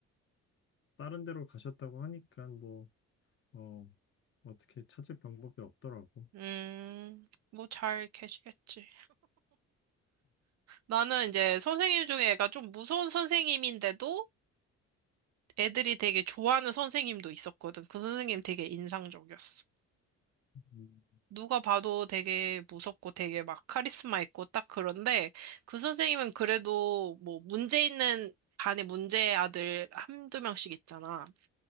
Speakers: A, on the left; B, on the right.
A: 다른 데로 가셨다고 하니까 뭐, 어, 어떻게 찾을 방법이 없더라고.
B: 음, 뭐 잘 계시겠지. 나는 이제 선생님 중에 애가 좀 무서운 선생님인데도 애들이 되게 좋아하는 선생님도 있었거든. 그 선생님 되게 인상적이었어.
A: 음.
B: 누가 봐도 되게 무섭고 되게 막 카리스마 있고 딱 그런데 그 선생님은 그래도 뭐 문제 있는 반에 문제 아들 한두 명씩 있잖아.